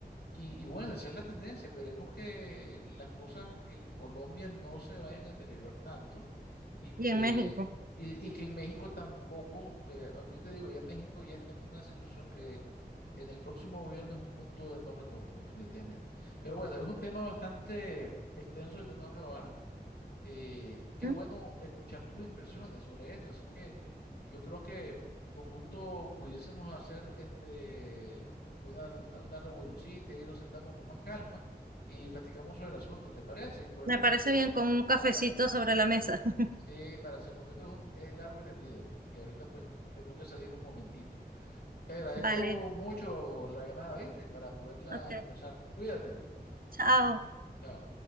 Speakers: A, on the left; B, on the right.
A: Y, y bueno, esa es la tendencia. Esperemos que las cosas en Colombia no se vayan a deteriorar tanto y
B: Y
A: que,
B: en México.
A: y, y que en México tampoco, eh, ah, yo te digo, ya México ya está en una situación que en el próximo gobierno es un punto de no retorno, definitivamente. Pero bueno, es un tema bastante extenso y de no acabar. Eh, qué
B: Ujú.
A: bueno escuchar tus impresiones sobre esto. Así que yo creo que con gusto pudiésemos hacer este, una, una, una reunioncita y nos sentamos con más calma y platicamos sobre el asunto, ¿te parece? Y por el
B: Me
A: momento,
B: parece bien con un cafecito
A: a, a-
B: sobre la mesa. <laughs>
A: sí, para hacer, porque esto es, un- es largo y tendido y, y ahorita pues tengo que salir un momentito. Te agradezco
B: Vale,
A: mucho la llamada, ¿viste? Para poderla
B: ok,
A: conversar. Cuídate.
B: chao.
A: Chao.